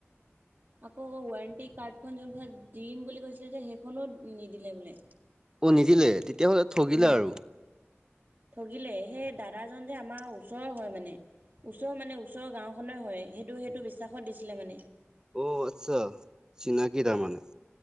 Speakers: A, on the right; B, on the right.
A: আকৌ আকৌ ৱাৰেণ্টি কাৰ্ডখন যোনখন দিম বুলি কৈছিলে যে সেইখনো নিদিলে বোলে।
B: অ নিদিলে তেতিয়াহ'লে ঠগিলে
A: উম
B: আৰু
A: ঠগিলে সেই দাদাজন যে আমাৰ ওচৰৰ হয় মানে। ওচৰ মানে ওচৰৰ গাঁওখনে হয় সেইটো সেইটো বিশ্বাসত দিছিলে মানে।
B: অ আচ্ছা চিনাকি তাৰ মানে